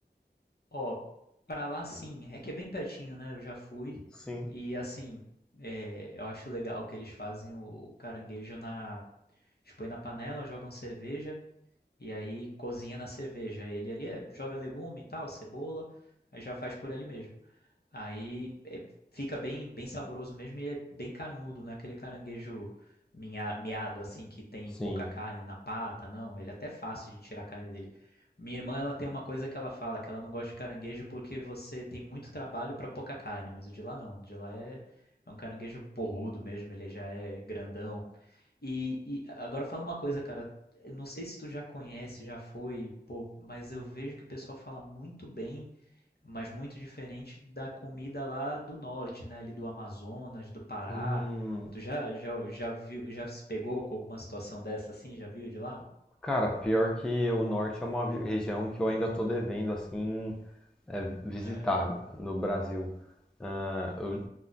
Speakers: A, on the left (about 60°); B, in the centre.
A: Ó, pra lá sim, é que é bem pertinho, né? Eu já fui
B: Sim.
A: e assim, é, eu acho legal que eles fazem o caranguejo na, eles põem na panela, jogam cerveja E aí cozinha na cerveja. Ele ali é, joga legume e tal, cebola, aí já faz por ali mesmo. Aí é, fica bem, bem saboroso mesmo e ele é bem carnudo, não é aquele caranguejo minha- miado assim que tem
B: Sim.
A: pouca carne na pata, não. Ele é até fácil de tirar a carne dele. Minha irmã, ela tem uma coisa que ela fala, que ela não gosta de caranguejo porque você tem muito trabalho pra pouca carne, mas o de lá não. O de lá é, é um caranguejo porrudo mesmo, ele já é grandão, e, e agora fala uma coisa, cara. Eu Não sei se tu já conhece, já foi, pô, mas eu vejo que o pessoal fala muito bem, mas muito diferente da comida lá do norte, né? Ali do Amazonas, do Pará.
B: Hum,
A: Tu já, já, já viu, já se pegou com alguma situação dessa assim? Já viu de lá?
B: Cara, pior que o norte é uma vi- região que eu ainda tô devendo, assim, é, visitar
A: Aham,
B: no Brasil. Ah, eu